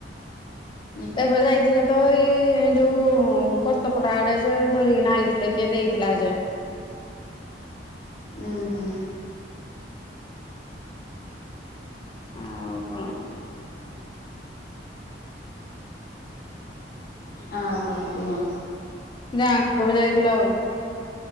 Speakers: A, on the left (about 55°); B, on the left (about 25°).
A: ହ
B: ଏବେ ଯାଇଥିଲେ ତ ଏଇ ଯୋଉ କର୍ତ୍ତପଟା ଆଡେ ଯେ ଧରିକି ନା ଆଇଥିଲେ କିଏ ଦେଇଥିଲା ଯେ।
A: ହୁଁ ହୁଁ।
B: ଆଉ କଣ?
A: ଆଉ କଣ କୁହ?
B: ଗାଁକୁ କେବେ ଯାଇଥିଲ?